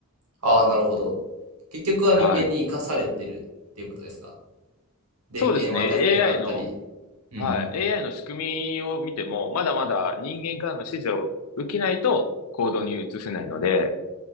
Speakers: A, on the right; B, on the left.
A: ああ、なるほど。結局は人間に生かされてるっていうことですか。
B: はい。
A: 電源を与えてもらったり。
B: そうですね。AI の
A: うん
B: はい。AI の仕組みを見ても、まだまだ人間からの指示を受けないと行動に移せないので、